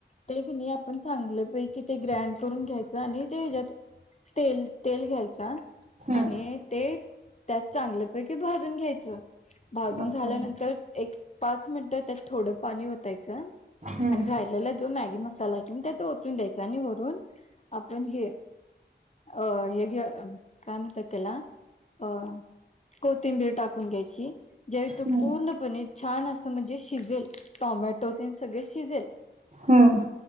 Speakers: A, on the left; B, on the right.
A: ते कि नाही आपण चांगल पैकी ते ग्रँड करून घ्यायच आणि ते याच्यात तेल -तेल घ्यायच
B: हम्म
A: आणि ते त्यात चांगल्या पैकी भाजून घ्यायच. भाजून
B: ओके
A: झाल्यानंतर- एक पाच मिनिट त्यात थोड पाणी ओतायच आणि
B: हम्म
A: राहिलेला जो मॅगी मस्. झाला कि तो त्यात ओतून द्यायचा आणि वरून आपण हे अ ह हेग काय म्हणतात त्याला अ कोथिंबीर टाकून घ्यायची ज्यावेळी तू
B: हम्म
A: पूर्णपणे छान अस म्हणजे शिजेल टोमॅटो ते सगळे शिजेल.
B: हम्.